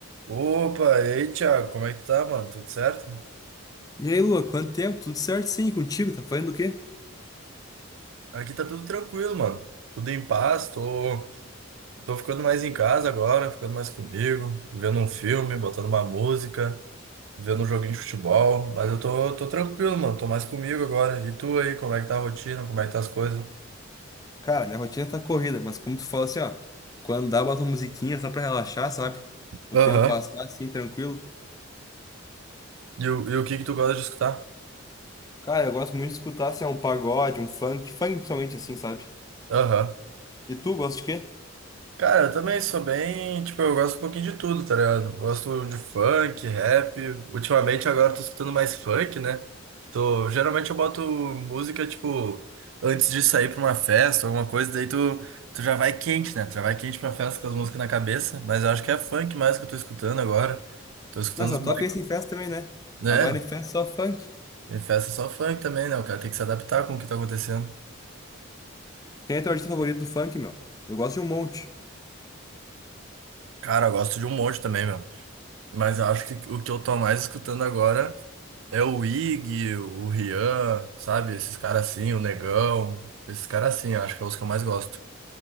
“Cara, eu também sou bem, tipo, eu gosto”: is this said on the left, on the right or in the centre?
Right